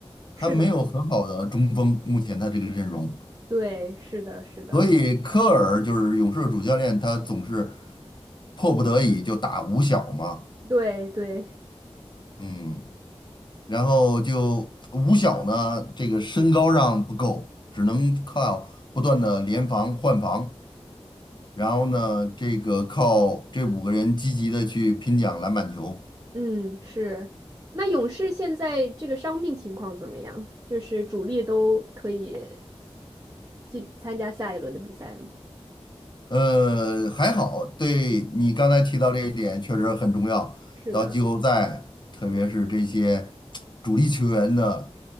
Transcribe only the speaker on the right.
是的，
对，是的，是的，
对对，
嗯，是。那勇士现在这个伤病情况怎么样？就是主力都可以进参加下一轮的比赛吗？
是的，